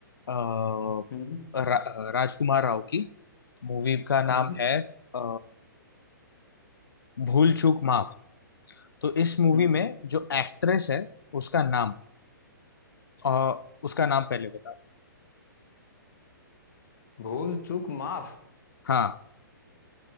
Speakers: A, on the left (about 80°); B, on the left (about 60°).
A: अ,
B: हम्म
A: रा, राजकुमार राव की मूवी का नाम
B: हम्म
A: है अ, भूल चूक माफ तो इस मूवी
B: हम्म
A: में जो एक्ट्रेस है उसका नाम और उसका नाम पहले बता
B: भूल चूक माफ
A: हाँ